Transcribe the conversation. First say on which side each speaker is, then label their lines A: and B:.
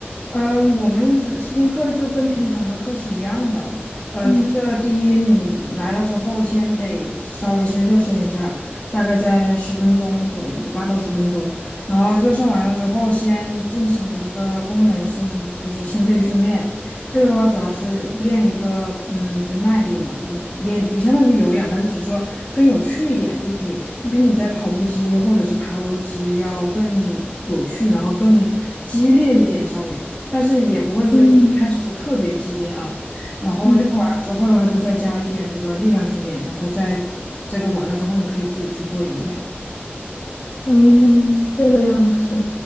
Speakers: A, on the left; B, on the left.
A: 嗯，我们是试听课就跟平常的课是一样的，呃，
B: 嗯
A: 就是第一，你来了之后，先得稍微先热身一下，大概在十分钟左右，八到十分钟。然后热身完了之后，先进行一个功能性，就是心肺训练。这个的话，主要是练一个，嗯，就耐力嘛，就是练，就相当于有氧，但是只是说更有趣一点，就比就比你在跑步机或者是爬楼机要更有趣，然后更激烈一点，稍微。但是也不会说一一开始就特别激烈啊。
B: 嗯
A: 然后这个完了之后的话，
B: 嗯
A: 就再加一点这个力量训练，然后再嗯这个完了之后，你可以自己去做有氧。
B: 嗯，这个样子。